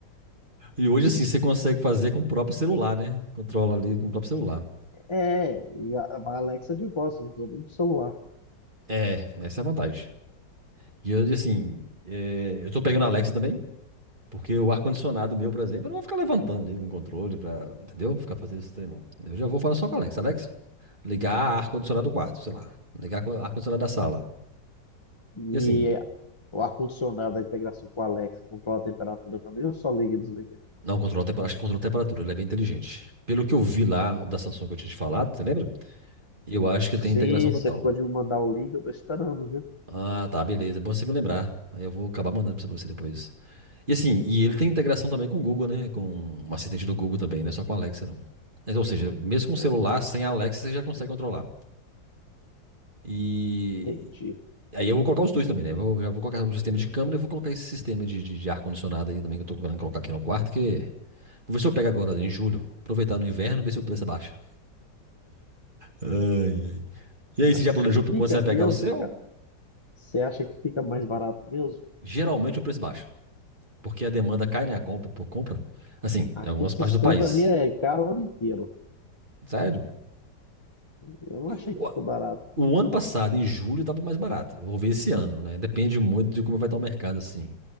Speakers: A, on the right; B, on the left.
A: E hoje, assim, você consegue fazer com o próprio celular, né? Controla ali com o próprio celular.
B: É, e a, a Alexa é de voz, você não precisa nem do celular.
A: É, essa é a vantagem. E eu, assim, é, eu tô pegando a Alexa também, porque o ar-condicionado meu, por exemplo, eu não vou ficar levantando ali com o controle pra, entendeu? Ficar fazendo esse trem, não. Eu já vou falar só com a Alexa. Alexa, ligar ar-condicionado do quarto, sei lá. Ligar co- ar-condicionado da sala.
B: E
A: E assim,
B: o ar-condicionado, a integração com a Alexa, controla a temperatura também, ou só liga e desliga?
A: não, controla, a tempera- acho que controla a temperatura, ele é bem inteligente. Pelo que eu vi lá, o da Samsung que eu tinha te falado, você lembra? Eu acho que
B: Sim,
A: ele tem integração total.
B: você ficou de me mandar o link, eu tô esperando, viu?
A: Ah, tá, beleza. É Bom você me lembrar. Aí Eu vou acabar mandando pra você depois. E assim, e ele tem integração também com o Google, né? Com o assistente do Google também, não é só com a Alexa, não. Mas, ou seja, mesmo com o
B: Aham,
A: celular, sem a Alexa, você já consegue controlar. E
B: entendi.
A: aí eu vou colocar os dois também, né? Eu vou- já vou colocar o sistema de câmera e vou colocar esse sistema de, de- de ar-condicionado aí também, que eu tô querendo colocar aqui no quarto, que... Vou ver se eu pego agora em julho. Aproveitar no inverno, ver se o preço é baixo. Ai, ai. E aí,
B: Mas
A: você já
B: se
A: planejou pra
B: fica
A: quando você vai
B: mesmo,
A: pegar o seu?
B: cara. Você acha que fica mais barato mesmo?
A: Geralmente o preço baixa. Porque a demanda cai, né? A compra por compra. Assim,
B: Aqui
A: em algumas
B: esses
A: partes do
B: trem
A: país.
B: pra mim é caro o ano inteiro.
A: Sério.
B: Eu não achei
A: O,
B: que fica barato.
A: o ano passado, em julho, estava mais barato. Vou ver esse ano, né? Depende muito de como vai estar o mercado, assim.